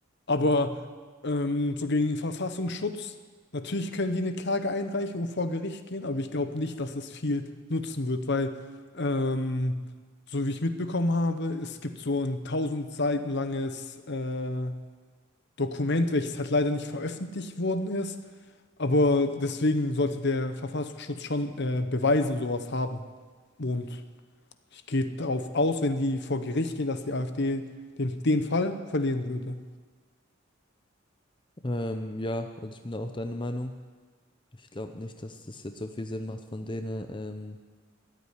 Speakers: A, on the left (about 55°); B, on the left (about 25°).
A: Aber ähm, so gegen den Verfassungsschutz, natürlich können die eine Klage einreichen und vor Gericht gehen, aber ich glaube nicht, dass es viel nutzen wird, weil, ähm, so wie ich mitbekommen habe, es gibt so ein 1000 Seiten langes äh, Dokument, welches halt leider nicht veröffentlicht worden ist, aber deswegen sollte der Verfassungsschutz schon äh, Beweise und sowas haben. Und ich gehe darauf aus, wenn die vor Gericht gehen, dass die AfD den, den Fall verlieren würde.
B: Ähm, ja, also ich bin da auch deiner Meinung. Ich glaube nicht, dass das jetzt so viel Sinn macht, von denen ähm,